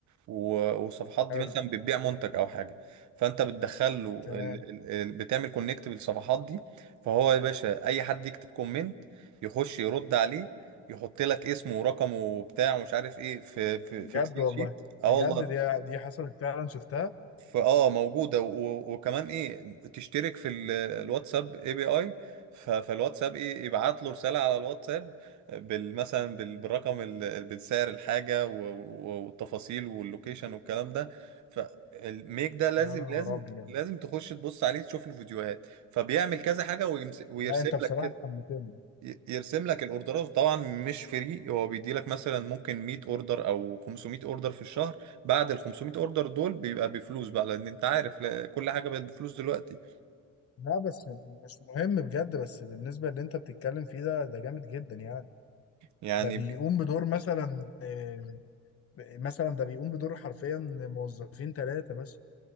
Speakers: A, on the right; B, on the left.
A: و- والصفحات
B: حلو
A: دي مثلا بتبيع منتج او حاجه فانت بتدخل له
B: تمام
A: ال- ال- ال- بتعمل كونكت بالصفحات دي فهو يا باشا اي حد يكتب كومنت يخش يرد عليه يحط لك اسمه ورقمه وبتاع ومش عارف ايه في في
B: بجد
A: في اكسل
B: والله
A: شيت اه
B: بجد
A: والله
B: دي دي حصلت فعلا شفتها
A: فاه موجوده و- و- وكمان ايه تشترك في ال- الواتساب اي بي اي ف- فالواتساب ايه يبعت له رساله على الواتساب بال مثلا بال- بالرقم ال- بالسعر الحاجه و- و- والتفاصيل واللوكيشن والكلام ده فالميك ده لازم
B: يا نهار
A: لازم
B: ابيض
A: لازم تخش تبص عليه تشوف له فيديوهات فبيعمل كذا حاجه ويمس- ويرسم
B: لا انت بصراحه
A: لك
B: حمستني
A: ي- يرسم لك الاوردرات طبعا مش فري هو بيدي لك مثلا ممكن 100 اوردر او 500 اوردر في الشهر بعد ال 500 اوردر دول بيبقى بفلوس بقى لان انت عارف لا- كل حاجه بقت بفلوس دلوقتي
B: لا بس مش مهم بجد بس بالنسبه اللي انت بتتكلم فيه ده ده جامد جدا يعني
A: يعني
B: ده بيقوم بدور مثلا آه، مثلا ده بيقوم بدور حرفيا موظفين ثلاثه مثلا